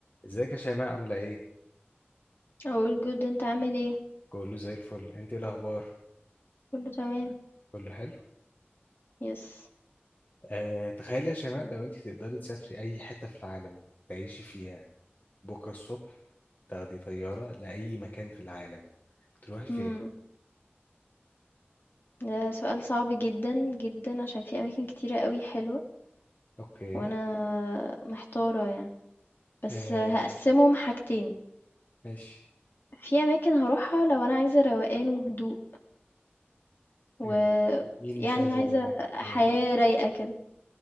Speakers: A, on the left; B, on the left.
A: ازيك يا شيماء عاملة ايه؟
B: all good أنت عامل إيه؟
A: كله زي الفل انت ايه الاخبار؟
B: كله تمام
A: كله حلو؟
B: yes
A: آه، تخيلي يا شيماء لو انت تقدري تسافري اي حتة في العالم تعيشي فيها بكرة الصبح تاخدي طيارة لأي مكان في العالم تروحي فين؟
B: امم ده سؤال صعب جدا جدا عشان في أماكن كتيرة قوي حلوة
A: اوكي
B: وأنا محتارة يعني بس
A: آه،
B: هقسمهم حاجتين
A: ماشي
B: في أماكن هروحها لو أنا عايزة روقان وهدوء
A: يعني
B: و
A: مين
B: يعني
A: مش عايز
B: عايزة
A: يبقى
B: حياة
A: وهدوء
B: رايقة كده